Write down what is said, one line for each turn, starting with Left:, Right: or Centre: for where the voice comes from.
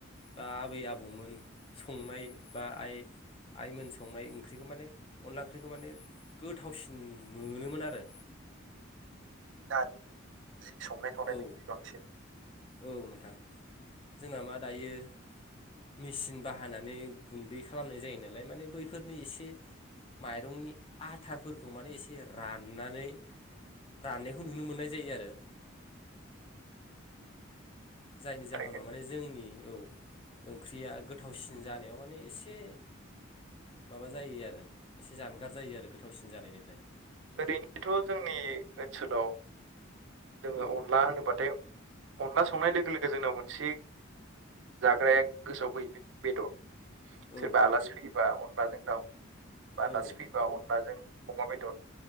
Left: बा आबै आबौमोन संनाय बा आइ आइमोन संनाय ओंख्रिखौ माने अनला ओंख्रिखौ माने गोथावसिन मोनोमोन आरो।
Right: दानि जि संनाय खावनाय
Left: औ
Right: बेनिख्रुइ बांसिन
Left: औ नोंथां जोंना मा दायो मेसिन बाहानानै गुन्दै खालामनाय जायो नालाय माने बैफोर एसे माइरंनि आथाफोरखौ माने एसे राननानै राननायखौ नुनो मोननाय जायो आरो।
Right: औ औ
Left: जायनि जाहोनाव
Right: ओरैनो
Left: माने जोंनि औ ओंख्रिया गोथावसिन जानायाव माने एसे माबा जायो आरो एसे जानगार जायो आरो गोथावसिन जानायनिफ्राय
Right: ओरैनोथ' जोंनि ओनसोलाव जोङो
Left: औ
Right: अनला होनोब्लाथाय अनला संनाय लोगो लोगो जोंनाव मोनसे जाग्राया गोसोआव फैयो बे बेदर
Left: औ
Right: सोरबा आलासि फैयोबा अनलाजों दाउ बा
Left: औ
Right: आलासि फैयोबा अनलाजों अमा बेदर